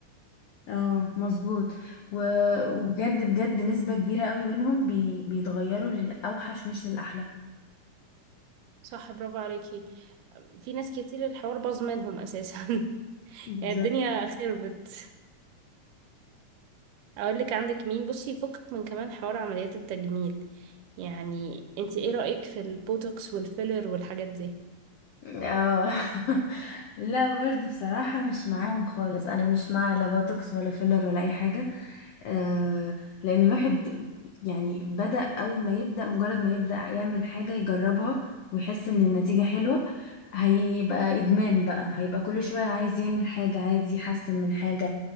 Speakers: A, on the left; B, on the right.
A: اه مظبوط و... وبجد بجد نسبة كبيرة قوي منهم بي... بيتغيروا للأوحش مش للأحلى
B: صح برافو عليكي في ناس كتير الحوار باظ منهم اساسا <laughs>
A: بالظبط.
B: يعني الدنيا خربت اقول لك عندك مين بصي يفكك من كمان حوار عمليات التجميل يعني انت ايه رأيك في البوتوكس والفيلر والحاجات دي
A: اه <laughs> لا برضه بصراحة مش معاهم خالص انا مش مع لا بوتوكس ولا فيلر ولا اي حاجة آه لان الواحد يعني بدأ اول ما يبدأ مجرد ما يبدأ يعمل حاجة يجربها ويحس ان النتيجة حلوة هيبقى ادمان بقى هيبقى كل شوية عايز يعمل حاجة عايز يحسن من حاجة